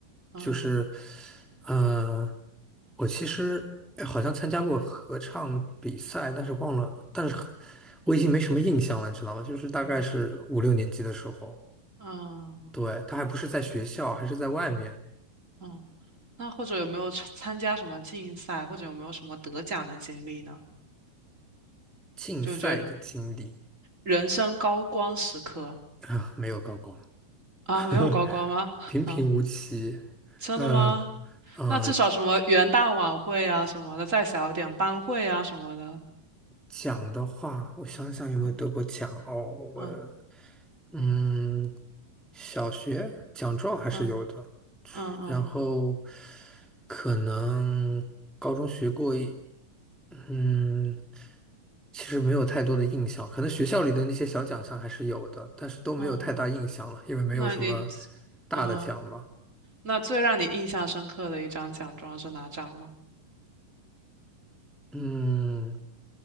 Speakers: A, on the right; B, in the centre.
A: 嗯
B: 就是，呃，我其实哎好像参加过合唱比赛，但是忘了，但是我已经没什么印象了，你知道吗？就是大概是五六年级的时候，
A: 嗯嗯
B: 对，他还不是在学校，还是在外面
A: 嗯，那或者有没有参参加什么竞赛，或者有没有什么得奖的经历呢？
B: 竞赛的经历
A: 就你觉得人生高光时刻
B: 啊，<laughs> 没有高光，
A: 啊，
B: <laughs>
A: 没有高光吗？
B: 平平无奇，
A: <laughs> 啊，真的吗？
B: 嗯，呃，
A: 那至少什么元旦晚会啊什么的，再小一点班会啊什么的。
B: 奖的话，我想想有没有得过奖哦。
A: 嗯
B: 我
A: 嗯
B: 嗯，小学奖状还是有的，
A: 嗯嗯嗯
B: 然后可能高中学过一，嗯，其实没有太多的印象。可能学校里的那些小奖项还是有的，但是都没有太大印象了，
A: 嗯，
B: 因为没有什么
A: 那你
B: 大的奖吧。
A: 嗯，那最让你印象深刻的一张奖状是哪张呢？
B: 嗯，